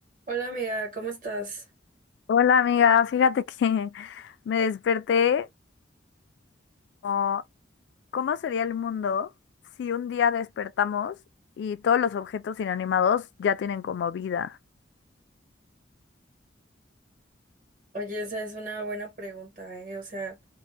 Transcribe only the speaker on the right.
Hola amiga, ¿cómo estás?
Oye, esa es una buena pregunta, ¿eh? O sea,